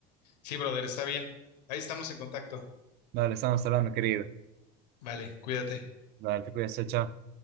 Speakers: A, on the left; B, on the right.
A: Sí, brother, está bien. Ahí estamos en contacto.
B: Dale, estamos hablando, querido.
A: Vale, cuídate.
B: Dale, te cuidas, chao. chao.